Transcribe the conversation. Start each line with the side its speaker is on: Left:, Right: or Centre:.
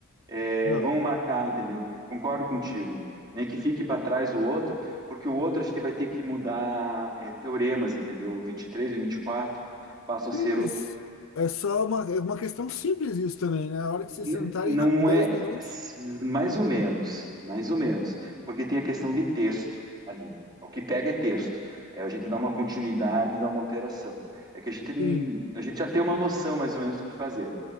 Right: é,
Left: E, ó,
Right: vamos marcar, entendeu? Concordo contigo. Nem que fique para trás o outro, porque o outro a gente vai ter que mudar é, teoremas, entendeu? O 23 e o quatro passam a ser
Left: Sim, mas é só uma, é uma questão simples isso também, né? A hora que
Right: N-
Left: vocês sentarem,
Right: Não
Left: rap- 10
Right: é
Left: minutos.
Right: s- mais ou menos, mais ou menos, porque tem a questão de texto ali. O que pega é texto. É a gente dá uma continuidade, dá uma alteração. É que a gente, n-
Left: Sim.
Right: a gente já tem uma noção mais ou menos do que fazer,